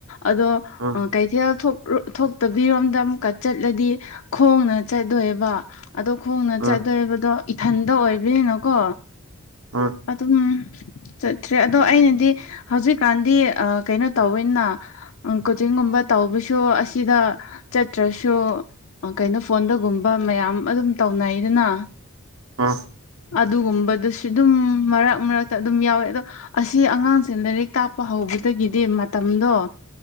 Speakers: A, on the left; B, on the right.
A: ꯑꯗꯣ
B: ꯑꯥ
A: ꯀꯩꯊꯦꯜ ꯊꯣꯛꯇꯕꯤꯔꯣꯝ ꯑꯗ ꯑꯃꯨꯛꯀ ꯆꯠꯂꯗꯤ ꯈꯣꯡꯅ ꯆꯠꯇꯠꯇꯣꯏꯕ ꯑꯗꯣ ꯈꯣꯡꯅ
B: ꯑꯥ
A: ꯆꯠꯇꯣꯏꯕꯗꯣ ꯏꯊꯟꯇ ꯑꯣꯏꯕꯅꯨꯀꯣ
B: ꯑꯥ
A: ꯑꯗꯨꯝ ꯆꯠꯇ꯭ꯔꯦ ꯑꯗꯣ ꯑꯩꯅꯗꯤ ꯍꯧꯖꯤꯛꯀꯥꯟꯗꯤ ꯀꯩꯅꯣ ꯇꯋꯅ ꯀꯣꯆꯤꯡꯒꯨꯝꯕ ꯇꯧꯕꯁꯨ ꯑꯁꯤꯗ ꯆꯠꯇ꯭ꯔꯁꯨ ꯀꯩꯅꯣ ꯐꯣꯟꯗꯒꯨꯝꯕ ꯃꯌꯥꯝ ꯑꯗꯨꯝ ꯇꯧꯅꯩꯗꯨꯅ
B: ꯑꯥ
A: ꯑꯗꯨꯒꯨꯝꯕꯗꯨꯁꯨ ꯑꯗꯨꯝ ꯃꯔꯛ ꯃꯔꯛꯇ ꯑꯗꯨꯝ ꯌꯥꯎꯋꯦ ꯑꯗꯣ ꯑꯁꯤ ꯑꯉꯥꯡꯁꯦ ꯂꯥꯏꯔꯤꯛ ꯇꯥꯛꯄ ꯍꯧꯕꯗꯒꯤꯗꯤ ꯃꯇꯝꯗꯣ